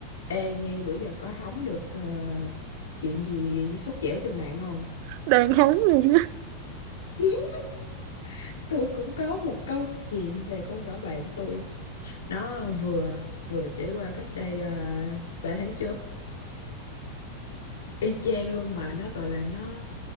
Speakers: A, on the left (about 65°); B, on the right (about 45°).
A: Ê Nhi bữa giờ có hóng được ờ, chuyện gì sốt dẻo trên mạng không?
B: Đàn hóng luôn á
A: <laughs> Tôi cũng có một câu chuyện về con nhỏ bạn tôi. Nó vừa vừa trải qua cách đây uh, 3 tháng trước. Y chang luôn mà nó gọi là nó